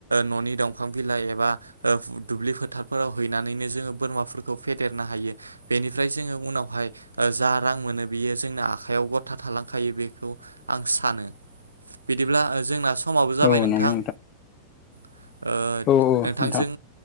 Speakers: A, on the right (about 75°); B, on the left (about 35°).
A: न'नि दंफां बिलाइ एबा ओ दुब्लि फोथारफोराव हैनानैनो जोङो बोरमाफोरखौ फेदेरनो हायो बेनिफ्राय जोङो उनावहाय ओ जा रां मोनो बियो जोंना आखायाव गथा थालांखायो बेखौ आं सानो बिदिब्ला ओ जोंना समाबो जाबाय
B: औ
A: नोंथां।
B: नंगौ
A: ओ
B: औ औ
A: नोंथांजों
B: नोंथां